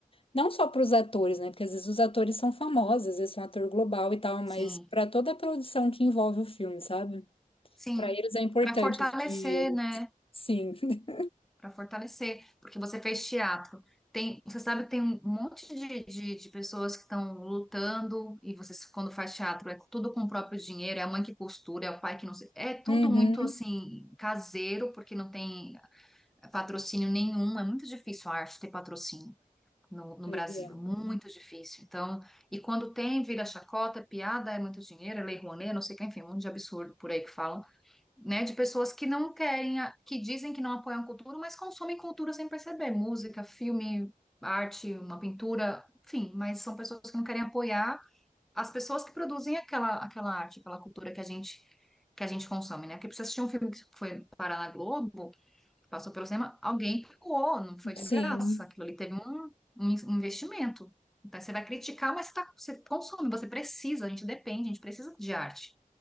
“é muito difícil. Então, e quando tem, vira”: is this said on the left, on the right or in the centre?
Centre